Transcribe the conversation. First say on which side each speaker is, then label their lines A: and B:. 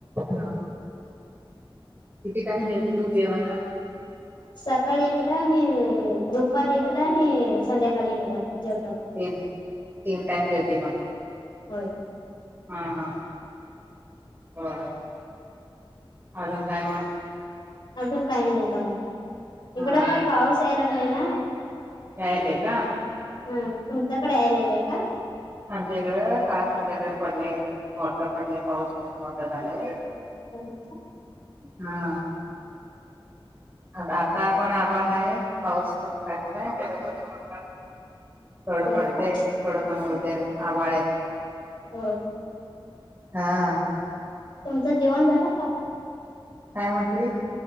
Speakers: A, on the right; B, on the left.
A: हा किती टाइम जेवते तू जेवणं?
B: सकाळी एकदा आणि दुपारी एकदा आणि संध्याकाळी एकदा जेवतात.
A: तेच तीन टाईम जेवती मग.
B: होय.
A: हा हा बर, अजून काय मग?
B: अजून काही नाही बघा, इकडं
A: हा
B: पण पाऊस याय लागले ना.
A: यायलय का?
B: हम्म तुमच्याकडे याय लागलंय का?
A: आमच्या इकडं काल संध्याकाळी पडलेय मोठं पडलंय पाऊस खूप मोठं झालयं.
B: होय का?
A: हा. आता आता पण आभाळ हाय पाऊस पण <unintelligible>
B: <inaudible>
A: थोड पडतंय
B: का
A: थोडं कमी होतंय, आभाळ हाय.
B: हम्म.
A: हा.
B: तुमचं जेवण झालं का?
A: काय म्हटली?